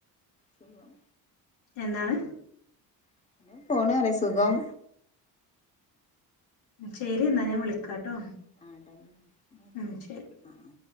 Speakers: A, on the left (about 15°); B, on the left (about 75°).
A: സുഖം
B: എന്താണ്
A: <unintelligible> സുഖം
B: ശരി എന്നാ ഞാൻ വിളിക്കാട്ടോ
A: <unintelligible>
B: ഉം ശരി
A: ആ ആ